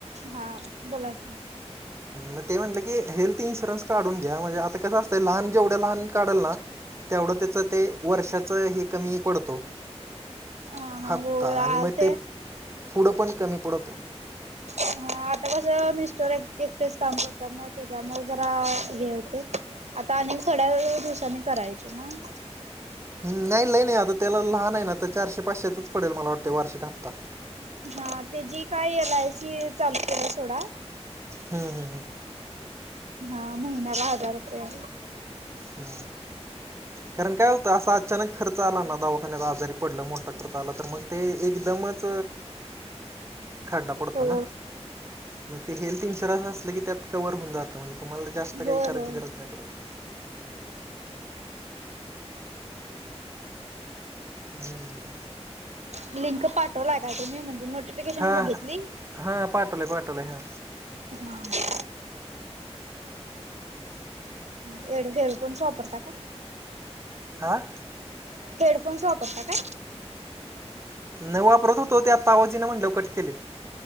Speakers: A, on the right; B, on the right.
A: हा बोलायच नाही.
B: मग ते म्हटलं की हेल्थ इन्शुरन्स का? घ्या म्हणजे आता कसं असतं लहान जेवढ्या लहान काढल ना. तेवढं त्याच ते वर्षाच हे कमी पडतो.
A: हा हा
B: हप्ता
A: हो
B: आणि
A: आलते.
B: मग ते फुढं पण कमी पडतो.
A: ह आता कस मिस्टरटेच काम करतात. ना त्याच्यामुळे जरा हे होते. आता अनेक थोड्या दिवसांनी करायचे मग
B: ह नाही नाही नाही आता त्याला लहान नाही ना आता चारशे पाचशेचा पडेल मला वाटतें वार्षिक हप्ता.
A: हा त्याची काय एल आय सी चालूते आहे सोडा.
B: हम् हम हम.
A: हा महिना का हजार रुपया
B: ह कारण काय होतं. असं अचानक खर्च आला ना दावाखान्याला आजारी पडलं मोठा खर्च आला तर मग ते एकदमच. खड्डा पडतो
A: हो
B: ना. मग ते हेल्थ इन्शुरन्स असलं. की त्यात कवर होऊन जातं म्हणजे तुम्हाला जास्त
A: होय
B: काही करायची
A: होय.
B: गरज नाही. पडं. हम्म.
A: लिंक पाठवला काय तुम्ही म्हणजे नोटिफिकेशन
B: हा
A: बघितली.
B: हा पाटले पाटले हा.
A: हम. हेडफोन्स पणच वापरता. का?
B: हां.
A: हेडफोन्स वापरता काय?
B: न वापरत होतो ते आता आवाज येईना म्हटल्यावर कट केलाय?